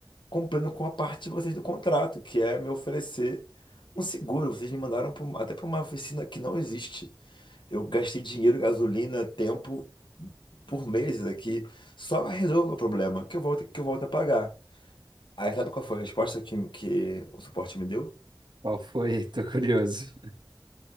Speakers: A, on the left (about 80°); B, on the right (about 70°).
A: cumprindo com a parte de vocês do contrato, que é me oferecer um seguro. Vocês me mandaram pra um- até para uma oficina que não existe. Eu gastei dinheiro, gasolina, tempo por meses aqui, só resolva o problema, que eu volto, que eu volto a pagar. Aí sabe qual foi a resposta que, que o suporte me deu?
B: Qual foi? Tô curioso.